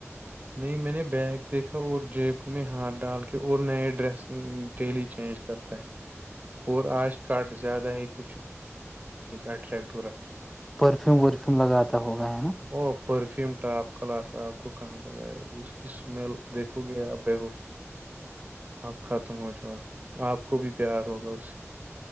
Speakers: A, on the right; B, in the centre.
A: نہیں میں نے بیگ دیکھا اور جیب میں ہاتھ ڈال کے اور نئے ڈریس ڈیلی چینج کر تو <inaudible> اور آج کٹ زیادہ ہی کچھ اٹرییکٹو رکھا تھا
B: پرفیوم ورفیوم لگاتا ہوگا ہے نا
A: وہ پرفیوم ٹاپ کلاس آپ کو کہاں پر آ ہے اس کی اسمیل دیکھو گے آپ بھی آپ ختم ہو جاؤ گے آپ کو بھی پیار ہوگا اس سے